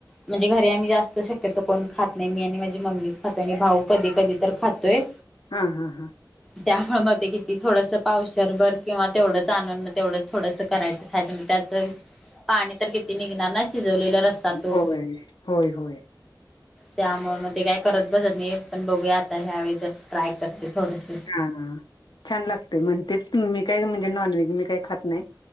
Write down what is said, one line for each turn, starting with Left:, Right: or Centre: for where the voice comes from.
Centre: म्हणजे घरी आम्ही जास्त शक्यतो कोण खात नाही मी आणि माझी मम्मीच खातो आणि भाऊ कधी कधी तर खातोय.
Left: हा हा हा.
Centre: त्यामुळे मग ते किती थोडसं पावसरभर किंवा तेवढंच आनून तेवढंच थोडंसं करायचं खायचं, पाणी तर किती निघणार शी जवलेला रस्ता तो.
Left: होय होय होय
Centre: त्यामुळे मग ते काय करत बसत नाही पण बघूया आता ह्या वळी जर ट्राय करते. थोडस
Left: हा छान लागते म्हणते मी काही म्हणजे नॉन व्हेज मी काही खात नाही.